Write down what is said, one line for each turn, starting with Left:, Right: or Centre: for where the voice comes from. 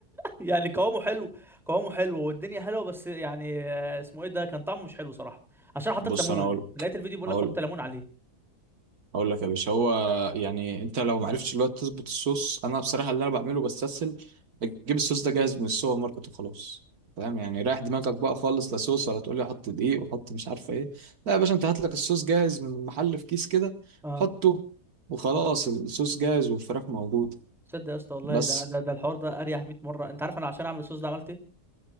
Centre: يعني قوامه حلو قوامه حلو والدنيا حلوة بس يعني آه، اسمه إيه ده كان طعمه مش حلو صراحة عشان حطيت
Right: بص
Centre: ليمون
Right: انا اقول
Centre: لقيت الفيديو بيقول
Right: هقول
Centre: لك حط ليمون عليه
Right: هقول لك يا باشا هو يعني انت لو ما عرفتش الوقت تظبط الصوص انا بصراحه اللي انا بعمله بستسهل اجيب الصوص ده جاهز من السوبر ماركت وخلاص فاهم يعني رايح دماغك بقى خالص لا صوص ولا تقول لي حط دقيق وحط مش عارفه ايه لا يا باشا انت هات لك الصوص جاهز من المحل في كيس كده
Centre: أه
Right: حطه وخلاص الصوص جاهز والفراخ موجوده
Centre: تصدق يا اسطى والله
Right: بس
Centre: ده ده, ده الحوار ده أريح 100 مرة أنت عارف أنا عشان أعمل الصوص ده عملت إيه